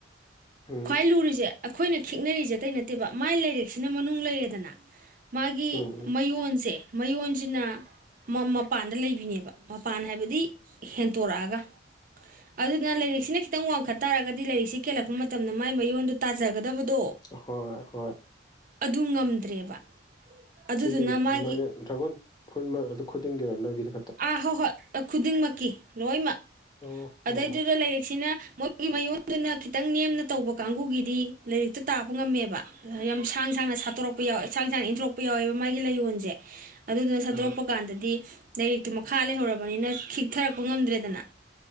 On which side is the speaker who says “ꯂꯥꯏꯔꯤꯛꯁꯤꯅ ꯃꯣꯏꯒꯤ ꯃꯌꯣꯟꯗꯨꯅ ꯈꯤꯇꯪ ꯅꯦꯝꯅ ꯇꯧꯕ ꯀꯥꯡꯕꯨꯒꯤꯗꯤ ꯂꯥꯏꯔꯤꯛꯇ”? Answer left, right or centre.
Right